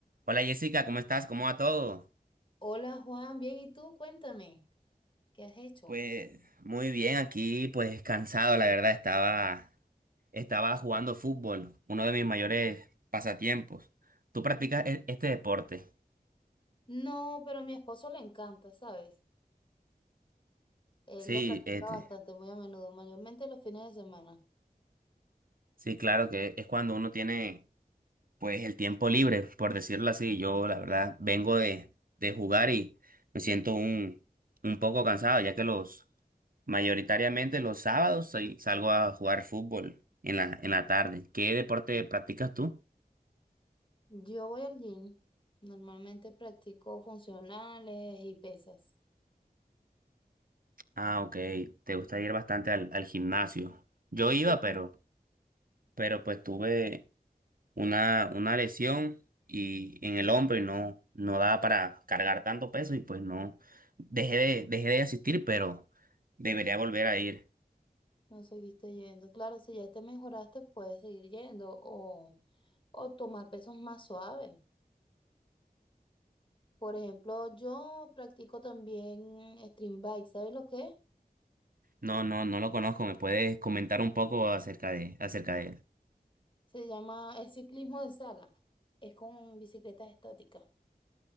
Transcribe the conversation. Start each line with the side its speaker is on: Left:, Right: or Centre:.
Right: Hola Jessica, ¿cómo estás? ¿Cómo va todo?
Left: Hola Juan, bien, ¿y tú? Cuéntame, ¿qué has hecho?
Right: Pues muy bien, aquí pues cansado, la verdad, estaba, estaba jugando fútbol, uno de mis mayores pasatiempos. ¿Tú practicas e- este deporte?
Left: No, pero a mi esposo le encanta, ¿sabes? Él
Right: Sí,
Left: lo practica
Right: este.
Left: bastante, muy a menudo, mayormente los fines de semana.
Right: Sí, claro que es cuando uno tiene Pues el tiempo libre, por decirlo así, yo la verdad vengo de, de jugar y me siento un, un poco cansado, ya que los mayoritariamente los sábados soy- salgo a jugar fútbol en la, en la tarde. ¿Qué deporte practicas tú?
Left: Yo voy al gym, normalmente practico funcionales y pesas.
Right: Ah, ok, te gusta ir bastante al, al gimnasio. Yo
Left: Sí.
Right: iba, pero, pero pues tuve una, una lesión y en el hombro y no, no daba para cargar tanto peso y pues no dejé de, dejé de asistir, pero debería volver a ir.
Left: No seguiste yendo. Claro, si ya te mejoraste, puedes seguir yendo o, o tomar pesos más suaves. Por ejemplo, yo practico también stream bike, ¿sabes lo que es?
Right: No, no, no lo conozco. ¿Me puedes comentar un poco acerca de, acerca de él?
Left: Se llama es ciclismo de sala. Es con bicicletas estáticas.